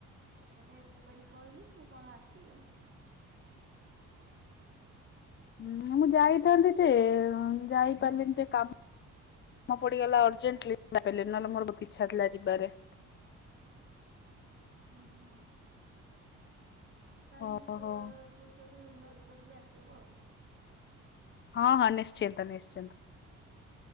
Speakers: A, on the right; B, on the left.
A: ତତେ ତ ଏତେ କରି କହିଲି ତୁ କଣ ଆସିଲୁନି?
B: <inaudible> ହୁଁ ମୁଁ ଯାଇଥାନ୍ତି ଯେ ଯାଇପାରିଲିନି ଟିକେ କାମ ମ ପଡ଼ିଗଲା ଅର୍ଜେଣ୍ଟଲି ନହେଲେ ମୋର ବହୁତ ଇଛା ଥିଲା ଯିବାରେ। <inaudible>
A: ହୁଁ ହୁଁ। ତାହେଲେ
B: ଓହୋ
A: ମୋ ପୁଅ
B: ହଁ
A: ଏକୋଇଶା କୁ ଇନଭାଇଟ୍ କରିବି ଆସିବୁ ଆଉ।
B: ହଁ ହଁ ନିଶ୍ଚିନ୍ତ ନିଶ୍ଚିନ୍ତ।